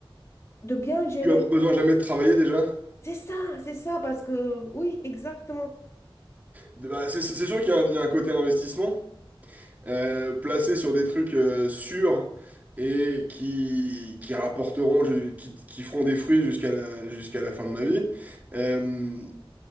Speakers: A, on the left (about 30°); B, on the right (about 20°).
A: de bien gérer?
B: Tu vas avoir besoin jamais de travailler déjà.
A: C'est ça, c'est ça, parce que, oui, exactement.
B: Bah, c'est c'est sûr qu'il y, a un il y a un côté investissement euh, placé sur des trucs euh, sûrs et qui, qui rapporteront, ju- qui, qui feront des fruits jusqu'à la, jusqu'à la fin de ma vie. Euh,